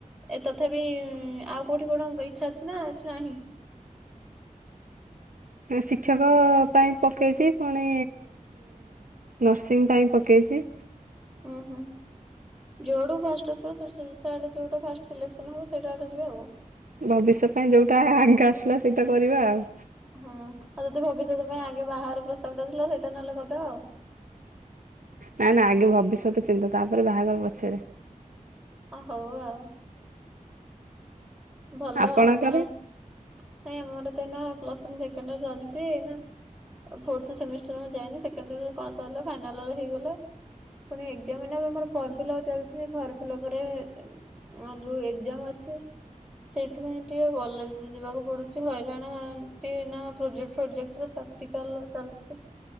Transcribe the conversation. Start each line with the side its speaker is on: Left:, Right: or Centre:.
Centre: ଏ ତଥାପି ଆଉ କୋଉଠି କଣ ଇଚ୍ଛା ଅଛି ନା ନାହିଁ?
Right: ଶିକ୍ଷକ ପାଇଁ ପକେଇଛି ପୁଣି ନର୍ସିଂ ପାଇଁ ପକେଇଛି।
Centre: ଉୁଁ ହୁଁ ଯୋଉଠୁ ଫାଷ୍ଟ ଆସିବ ଯୋଉଟା ଫାଷ୍ଟ ସିଲେକ୍ସନ ହବ ସୋ ଆଡୁ ଯିବେ ଆଉ
Right: ଭବିଷ୍ୟ ପାଇଁ ଯୋଉଟା ଆଗ ଆସିଲା ସେଇଟା କରିବା ଆଉ
Centre: ହୁଁ ଆଉ ଯଦି ଭବିଷ୍ୟତ ପାଇଁ ଆଗେ ବାହାର ପ୍ରସ୍ତାବ ଟା ଥିଲା ସେଇଟା ନହେଲେ କରିଦେ ଆଉ
Right: ନା ନା ଆଗେ ଭବିଷ୍ୟତ ଚିନ୍ତା ତାପରେ ବାହାଘର ପଛେ।
Centre: ହଁ ହଉ ଆଉ ଭଲ
Right: ଆପଣଙ୍କର
Centre: ଆଉ କାରଣ ନାଇ ଆମର ତ ଏଇ ପ୍ଲସ ଥ୍ରୀ ସେକେଣ୍ଡ ୟର ଚାଲିଛି ଏଇ ଫୋଥ ସେମିଷ୍ଟର ଆମ ଯାଇନି ସେକେଣ୍ଡ୍ ଇଅର ସଇଲା ଫାଇନାଲ ହେଇଗଲା। ପୁଣି ଏକ୍ସାମ ଆମର ଫର୍ମ ଫିଲଅପ ଚାଲିଛି ଫର୍ମ ଫିଲଅପରେ ଆଁ ଯୋଉ ଏକ୍ଜାମ ଅଛି। ସେଇଥିପାଇଁ ଟିକେ କଲେଜ ଯିବାକୁ ପଡୁଛି ହଇରାଣ ହ ନା ପ୍ରୋଜେକ୍ଟ ଫ୍ରୋଜେକ୍ଟରେ ତ ଏଥିକାଲର ଚାଲିଛି